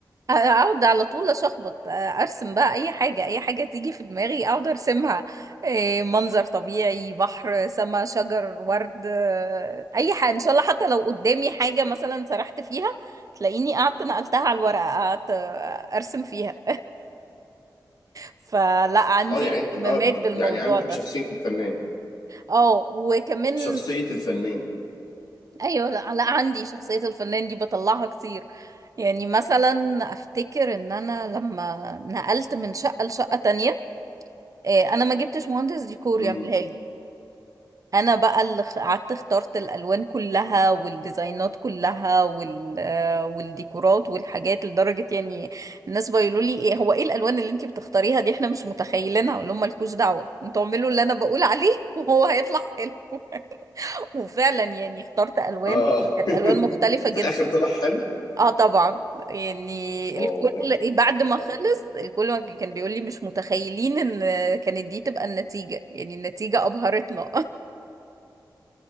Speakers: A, on the right; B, on the left.
A: اقعد على طول اشخبط آه، ارسم بقى اي حاجة اي حاجة تيجي في دماغي اقعد ارسمها آه، منظر طبيعي بحر سما شجر ورد آه، اي حاجة ان شاء الله حتى لو قدامي حاجة مثلا سرحت فيها تلاقيني قعدت نقلتها على الورقة قعدت آه، ارسم فيها فلا عندي
B: اه يعني انت
A: اهتمامات
B: اه بت-
A: بالموضوع
B: يعني عندك
A: ده
B: شخصية الفنان
A: اه وكمان
B: شخصية الفنان
A: ايوه لا لا، عندي شخصية الفنان دي بطلعها كتير يعني مثلا افتكر ان انا لما نقلت من شقة لشقة تانية آه، انا ما جبتش مهندس ديكور
B: امم
A: يعملها لي انا بقى اللي خ- قعدت اخترت الالوان كلها والديزاينات كلها وال آه، والديكورات والحاجات لدرجه يعني الناس بيقولوا لي ايه هو ايه الالوان اللي انتي بتختاريها دي احنا مش متخيلينها اقول لهم مالكوش دعوه انتوا اعملوا اللي انا بقول عليه <laughs> وهو هيطلع حلو <laughs> وفعلا يعني اخترت الوان
B: اه
A: كانت
B: <laughs>
A: الوان مختلفه جدا
B: في الاخر طلع حلو
A: اه طبعا يعني
B: اه
A: الكل
B: تمام.
A: بعد ما
B: اه
A: خلص الكل ما كان بيقول لي مش متخيلين ان كانت دي تبقى النتيجه يعني النتيجه ابهرتنا <laughs>